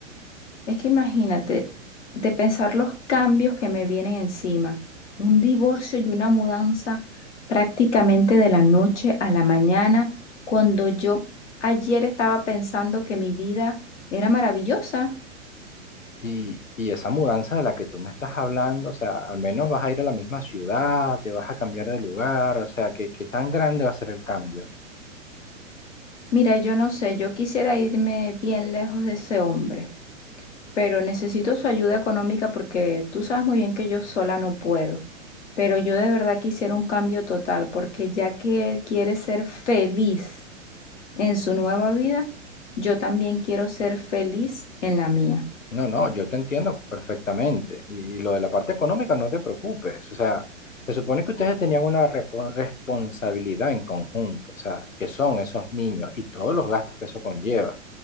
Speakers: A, on the left (about 65°); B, on the left (about 85°).
A: Es que imagínate, de pensar los cambios que me vienen encima, un divorcio y una mudanza prácticamente de la noche a la mañana, cuando yo ayer estaba pensando que mi vida era maravillosa.
B: Y, y esa mudanza de la que tú me estás hablando, o sea, al menos vas a ir a la misma ciudad, te vas a cambiar de lugar, o sea, ¿qué, qué tan grande va a ser el cambio?
A: Mira, yo no sé, yo quisiera irme bien lejos de ese hombre, pero necesito su ayuda económica porque tú sabes muy bien que yo sola no puedo. Pero yo de verdad quisiera un cambio total, porque ya que él quiere ser feliz. En su nueva vida, yo también quiero ser feliz en la mía.
B: No, no, yo te entiendo perfectamente. Y, y lo de la parte económica, no te preocupes. O sea, se supone que ustedes tenían una repo- responsabilidad en conjunto, o sea, que son esos niños y todos los gastos que eso conlleva.